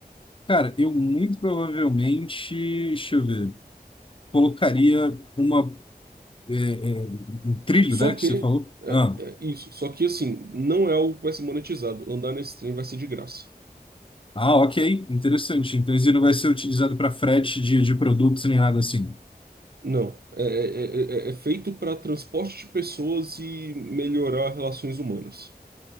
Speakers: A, on the left; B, on the right.
A: Cara, eu muito provavelmente, deixa eu ver, colocaria uma, é, é, um trilho,
B: Só
A: né, que
B: que,
A: você falou.
B: é,
A: Ah,
B: é isso. Só que, assim, não é algo que vai ser monetizado. Andar nesse trem vai ser de graça.
A: ah, ok, interessante. Então, isso não vai ser utilizado para frete de, de produtos nem nada assim.
B: Não. É, é, é, é é feito para transporte de pessoas e melhorar relações humanas.